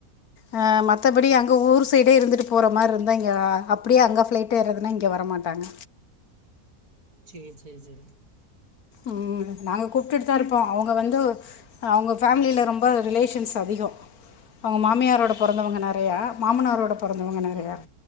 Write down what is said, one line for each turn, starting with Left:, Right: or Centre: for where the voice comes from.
Left: அ மத்தபடி அங்க ஊர் சைடே இருந்துட்டு போற மாரி இருந்தா இங்க அப்டியே அங்க ஃபிளைட் டேறதுனா இங்க வரமாட்டாங்க
Right: சேரி சேரி சேரி
Left: ம் நாங்க கூப்ட்டுட்டு தா இருப்போ அவுங்க வந்து அ அவுங்க ஃபேம்லில ரொம்ப ரிலேஷன்ஸ் அதிக அவுங்க மாமியாரோட பொறந்தவங்க நெறையா மாமனாரோட பொறந்தவ்ங்க நெறையா
Right: ம்